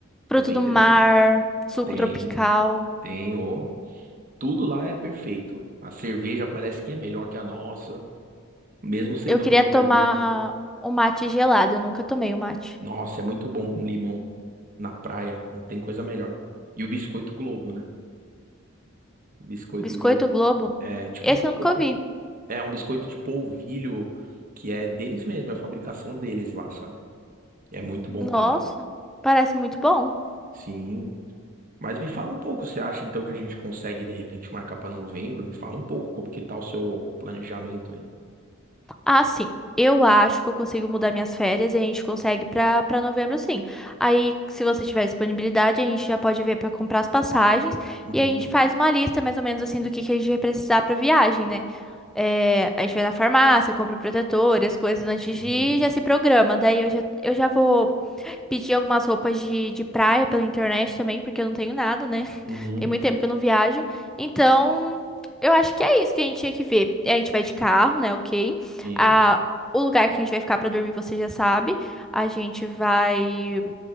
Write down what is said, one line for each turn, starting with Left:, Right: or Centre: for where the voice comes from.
Centre: Fruto
Right: é bem
Centre: do
Right: interessante.
Centre: mar, suco
Right: Tem,
Centre: tropical.
Right: tem, ó, tudo lá é perfeito. A cerveja parece que é melhor que a nossa, mesmo sendo
Centre: Eu queria
Right: a mesma
Centre: tomar
Right: cerveja.
Centre: um mate gelado. Eu nunca tomei o mate.
Right: Nossa, é muito bom com limão na praia, não tem coisa melhor. E o biscoito Globo, né? Biscoito
Centre: Biscoito
Right: Globo.
Centre: Globo?
Right: É tipo
Centre: Esse
Right: um biscoito.
Centre: eu nunca vi.
Right: É um biscoito de polvilho que é deles mesmo, é a fabricação deles lá, sabe? É muito bom
Centre: Nossa,
Right: também.
Centre: parece muito bom.
Right: Sim. Mas me fala um pouco, você acha então que a gente consegue de repente marcar pra novembro? Me fala um pouco como que tá o seu planejamento aí.
Centre: Ah, sim. Eu acho que eu consigo mudar minhas férias e a gente consegue pra para novembro, sim. Aí, se você tiver disponibilidade, a gente já pode ver pra comprar as passagens
Right: Uhum,
Centre: e a gente faz uma lista mais ou menos assim do que, que a gente vai precisar pra viagem, né? É, a gente vai na farmácia, compra o protetor e as coisas antes
Right: uhum,
Centre: de ir, já se programa. Daí eu já, eu já vou Pedi algumas roupas de, de praia pela internet também, porque eu não tenho nada, né?
Right: uhum,
Centre: <laughs> Tem muito tempo que eu não viajo. Então, eu acho que é isso que a gente tinha que ver. A gente vai de carro, né? Ok.
Right: sim,
Centre: Ah, o lugar que a gente vai ficar pra dormir, você já sabe. A gente vai,